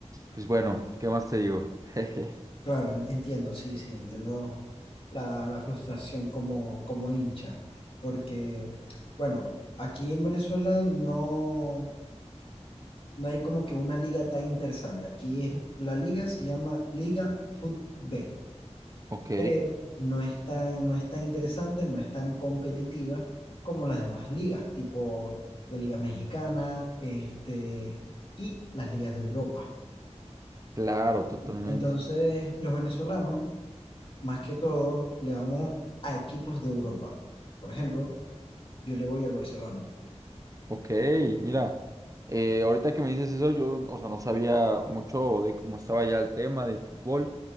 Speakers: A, on the right (about 30°); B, on the left (about 50°).
A: pues bueno, ¿qué más te digo? <laughs>
B: claro, en- entiendo, sí, sí, entiendo la, la frustración como, como hincha, porque, bueno, aquí en Venezuela no, no hay como que una liga tan interesante. Aquí es, la liga se llama Liga Fut B,
A: Ok,
B: pero no es tan, no es tan interesante, no es tan competitiva como las demás ligas, tipo la Liga Mexicana, este, y las ligas de Europa.
A: claro, totalmente.
B: Entonces, los venezolanos, más que todo, le vamos a equipos de Europa. Por ejemplo, yo le voy al Barcelona.
A: Ok, mira, eh, ahorita que me dices eso, yo, o sea, no sabía mucho de cómo estaba ya el tema del fútbol,